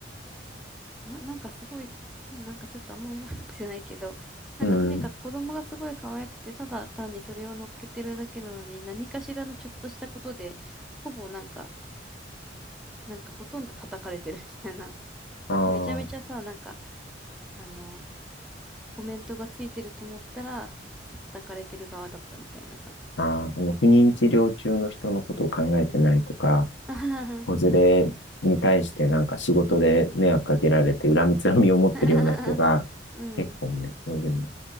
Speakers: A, in the centre; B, on the left.
A: な、なんかすごい、なんかちょっとあんま覚えてないけど、なんかとにかく子供がすごい可愛くて、
B: うん。
A: ただ単にそれを乗っけてるだけなのに、何かしらのちょっとしたことで、ほぼなんか、なんかほとんど叩かれてるみたいな。
B: あー
A: めちゃめちゃさ、なんか、あの、コメントがついてると思ったら、叩かれてる側だったみたいなさ。
B: あー、あの、不妊治療中の人のことを考えてないとか、
A: <laughs> あは
B: 子連れに対してなんか仕事で迷惑かけられて恨みつらみを持ってるような人が結構ね、
A: はは。<laughs> うん。
B: そういうの